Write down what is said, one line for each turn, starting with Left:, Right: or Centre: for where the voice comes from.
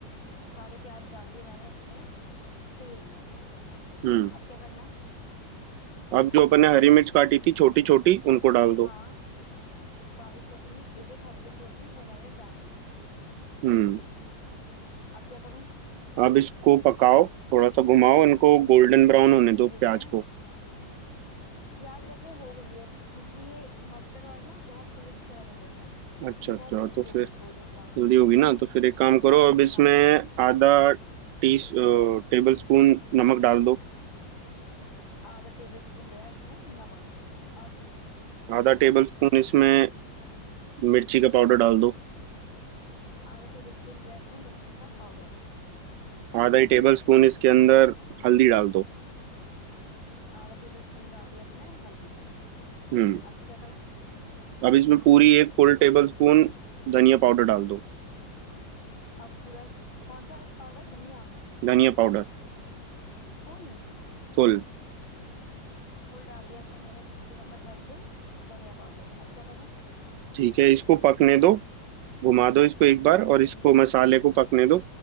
Left: सारे प्याज डाल दिए मैंने इसमें तेल में
Right: हम्म
Left: अब क्या करना है
Right: अब जो अपन ने हरी मिर्च काटी थी छोटी छोटी उनको डाल दो
Left: हाँ बारीक कटी हुई एक हरी मिर्च जो थी वो मैंने डाल दी इसमें
Right: हम्म
Left: अब क्या करूं
Right: अब इसको पकाओ थोड़ा सा घुमाओ इनको गोल्डन ब्राउन होने दो प्याज
Left: ठीक है
Right: को
Left: प्याज वैसे हो गई है क्योंकि ये मस्टर्ड ऑयल ना बहुत तेज गर्म हो गया था
Right: अच्छा
Left: तो बहुत
Right: अच्छा
Left: जल्दी
Right: तो
Left: हो
Right: फिर
Left: गई गोल्डन ब्राउन
Right: जल्दी होगी ना तो फिर एक काम करो अब इसमें
Left: हाँ
Right: आधा टी टेबल स्पून नमक डाल दो
Left: आधा टेबल स्पून गया इसमें नमक अब
Right: आधा टेबल स्पून इसमें मिर्ची का पाउडर डाल दो
Left: आधा टेबल स्पून गया इसमें मिर्ची का पाउडर
Right: आधा ही टेबल स्पून इसके अंदर हल्दी डाल दो
Left: आधा टेबल स्पून डाल दिया इसमें हल्दी
Right: हम्म
Left: अब क्या करूं
Right: अब इसमें पूरी एक फुल टेबल स्पून धनिया पाउडर डाल दो
Left: अब पूरा कौन सा पाउडर धनिया
Right: धनिया पाउडर
Left: फुल
Right: फुल
Left: फुल डाल दिया इसमें मैंने चम्मच भर के धनिया पाउडर अब क्या करूं
Right: ठीक है इसको पकने दो घुमा दो इसको एक बार
Left: पकने
Right: और
Left: दे
Right: इसको
Left: रही हूँ
Right: मसाले को
Left: ठीक
Right: पकने
Left: है
Right: दो